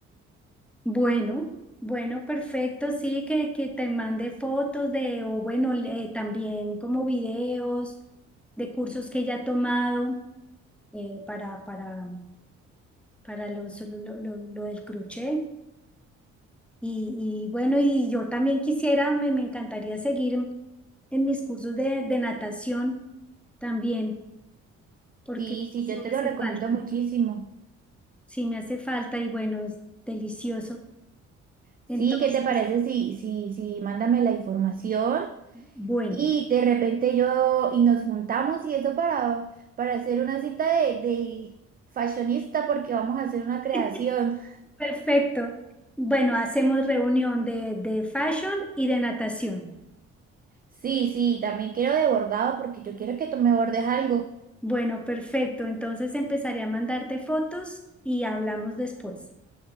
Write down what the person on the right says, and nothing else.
Sí, sí,
yo
te
lo recomiendo
muchísimo.
Sí,
¿qué te parece? Sí, sí, sí, mándame la información
Y de repente yo, y nos juntamos y eso para, para hacer una cita de, de fashionista porque vamos a hacer una creación.
Sí, sí, también quiero de bordado porque yo quiero que tú me bordes algo.